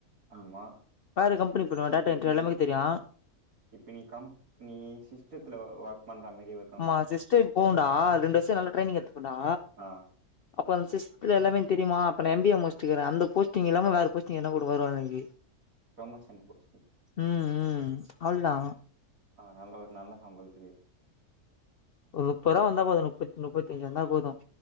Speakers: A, on the right; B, on the left.
A: ஆமா.
B: வேற கம்பெனி போய்டுவே டேட்டா
A: இப்ப
B: எண்ட்ரி எல்லாமேக்கு
A: நீ
B: தெரியு
A: இப்ப நீ கம் நீ சிஸ்டத்துல ஒர்க் பண்ற மாரி ஒர்க்
B: ஆமா சிஸ்ட இப்போவ்ண்டா ரெண்டு வர்ஷோ நல்ல ட்ரைனிங் எத்துபண்டா
A: ஆ
B: அப்போ அந்த சிஸ்ட்த்துல எல்லாமே எனக் தெரிமா அப்ப நா எம் பி ஏ முஸ்ட்டுக்குறே அந்த போஸ்டிங் இல்லாம வேற போஸ்டிங் எதுனா போட்டு போய்ருவா எனக்கி
A: புரோமோஷன் போஸ்டிங்
B: ம் ம் அவள்தா
A: ஆனாலு ஒரு நல்ல சம்பளத்துக்கு
B: ஒரு முப்பது ரூவா வந்தா போது முப்பித் முப்பத்தி அஞ்சு வந்தா போது